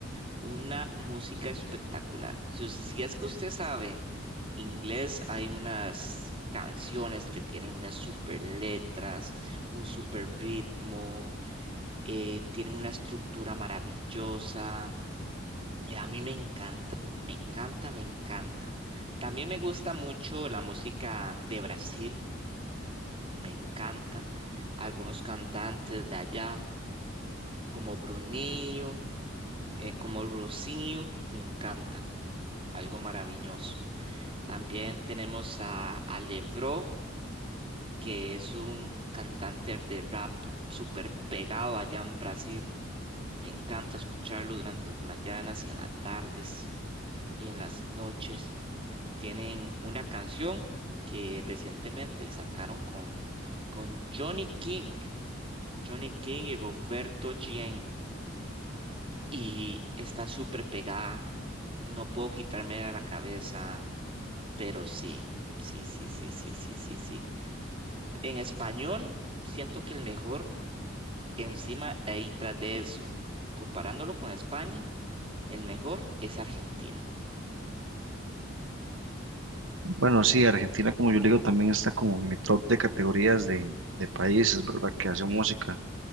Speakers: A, on the right (about 30°); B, on the right (about 80°).
A: una música espectacular. Si, us- si es que usted sabe inglés, hay unas canciones que tienen unas super letras, un super ritmo, eh, tienen una estructura maravillosa. Eh, A mí me encanta, me encanta, me encanta. También me gusta mucho la música de Brasil. me encanta. Algunos cantantes de allá, como Brunillo, eh, como Rocío, me encanta, Algo maravilloso. También tenemos a, a Levró que es un cantante de rap súper pegado allá en Brasil. Me encanta escucharlo durante las mañanas y en las tardes y en las noches. Tienen una canción que recientemente sacaron con, con Johnny King, Johnny King y Roberto Gien. Y está súper pegada. No puedo quitarme de la cabeza, pero sí, sí, sí, sí, sí, sí, sí, sí. En español, siento que el mejor, encima y tras de eso, comparándolo con España, el mejor es Argentina.
B: Bueno, sí, Argentina, como yo le digo, también está como en mi top de categorías de, de países, ¿verdad? Que hacen música.